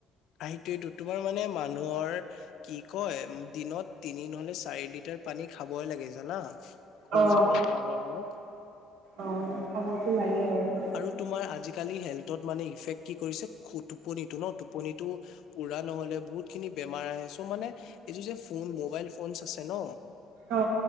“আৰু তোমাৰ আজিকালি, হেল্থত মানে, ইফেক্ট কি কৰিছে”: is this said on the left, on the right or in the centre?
Left